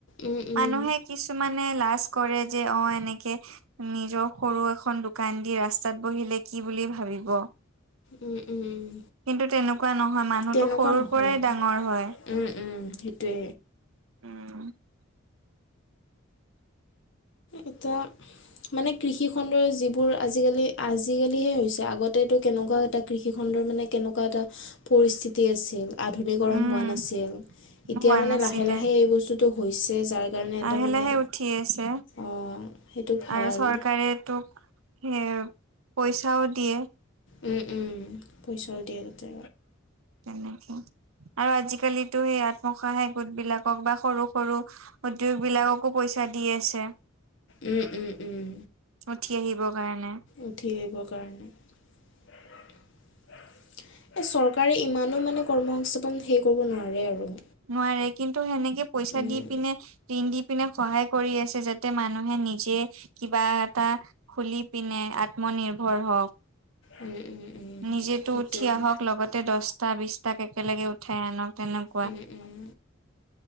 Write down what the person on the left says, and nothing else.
উম উম
উম উম উম
তেনেকুৱা
নহয়
উম উম সেইটোৱে
এটিয়া মানে কৃষিখণ্ডৰ যিবোৰ আজিকালি আজিকালিহে হৈছে আগতেতো কেনেকুৱাও এটা কৃষিখণ্ডৰ মানে কেনেকা এনেকুৱা এটা পৰিস্থিতি আছিল আধুনিকৰণ
হোৱা নাছিল
এতিয়া মানে
লাহে লাহে এই বস্তুটো হৈছে যাৰ সেই কাৰণে
এটা মানে
অঁ সেইটো ভাল
উম উম পইচাও দিয়ে তাতে
উম উম উম
উঠি আহিবৰ কাৰণে এই চৰ চৰকাৰী ইমানো মানে কৰ্ম সংস্থাপন হেৰি কৰিব নোৱাৰে আৰু
উম
উম, উম, উম।
সেইটোৱে
উম, উম,